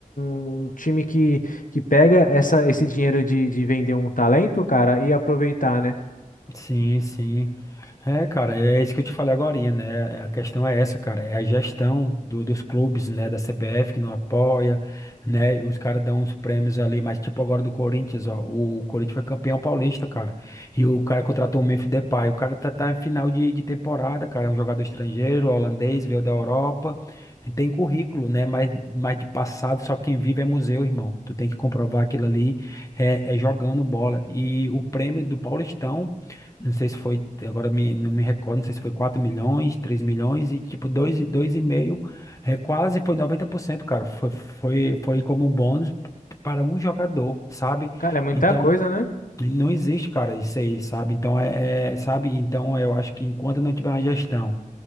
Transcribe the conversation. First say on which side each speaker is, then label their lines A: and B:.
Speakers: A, on the left (about 70°); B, on the left (about 25°).
A: um um time que que pega essa, esse dinheiro de, de vender um talento, cara, e aproveitar, né?
B: Sim, sim. É, cara, é isso que eu te falei agorinha, né? É, A questão é essa, cara. É a gestão do- dos clubes, né? Da CBF que não apoia, né? Os caras dão uns prêmios ali, mas tipo agora do Corinthians, ó. O Corinthians foi campeão paulista, cara. E o cara contratou o Memphis Depay. O cara tá, tá em final de, de temporada, cara. É um jogador estrangeiro, holandês, veio da Europa. Tem currículo, né? Mas, mas de passado, só quem vive é museu, irmão. Tu tem que comprovar aquilo ali é, é jogando bola. E o prêmio do Paulistão. Não sei se foi, agora me, não me recordo, não sei se foi 4 milhões, 3 milhões e tipo dois dois e meio é, quase foi noventa por cento cara. Foi, foi, foi como bônus para um jogador, sabe?
A: Cara, é muita
B: Então,
A: coisa, né?
B: não existe, cara, isso aí, sabe? Então, é, é, sabe? Então, eu acho que enquanto não tiver uma gestão